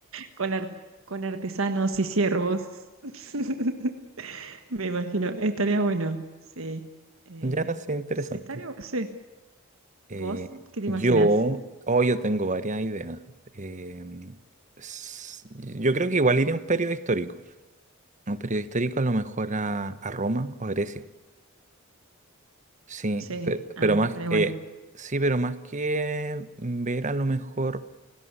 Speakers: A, on the right (about 70°); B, on the right (about 35°).
A: con, ar- con artesanos y siervos. <laughs> Me imagino, estaría bueno, sí. Eh,
B: Ya, sí, interesante.
A: sí, estaría, sí.
B: Eh,
A: ¿Vos qué te
B: yo,
A: imaginas?
B: oh, yo tengo varias ideas. Eh, s- yo creo que igual iría a un periodo histórico. Un periodo histórico a lo mejor a, a Roma o Grecia. Sí,
A: Sí,
B: pe-
A: ah,
B: pero, más,
A: estaría
B: eh,
A: bueno.
B: sí, pero más que ver a lo mejor,